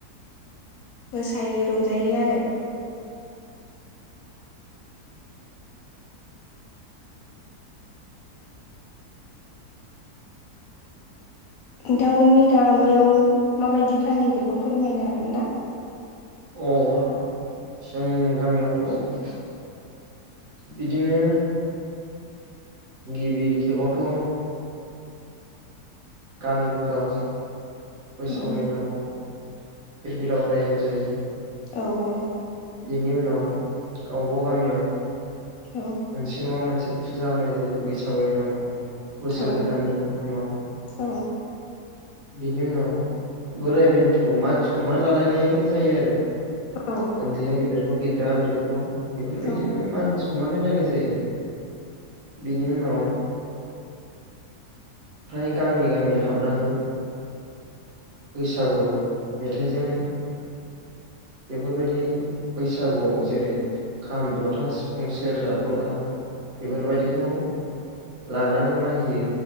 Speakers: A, on the left; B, on the right.
A: मोसायो रंजायो आरो नोंथांमोननि गामियाव माबायदि फालियो बेखौ फोरमायनो हागोन ना?
B: अ हागोन जों गामियावथ' बिदिनो गिबि खेबावथ' गामिफोराव बैसागुनि
A: उम
B: नामाव फिरफिला उरायहोनाय जायो।
A: औ औ
B: बेनि उनाव गावबा गामियाव मोनसे
A: औ
B: मोनसे नङा मोनसे फुजा होनाय जायो बैसागुनि नामाव बोसोर
A: औ
B: गोदाननि नामाव।
A: औ
B: बिनि उनाव बोराय बेन्थ'आव मान सनमान लालायनाय जायो आरो।
A: औ
B: ओन्दैआ गेदेरखौ गेदेर आ ओन्दैखौ बेफोरबायदिनो
A: औ
B: मान सनमान होलायनाय जायो बिनि उनाव फ्राय गामि गामि हाबनानै बैसागु मेथाइजों बेफोरबायदि बैसागुआव जेरै खाम जथा सिफुं सेरजा थरखा बेफोरबायदिखौ लानानै मागियो।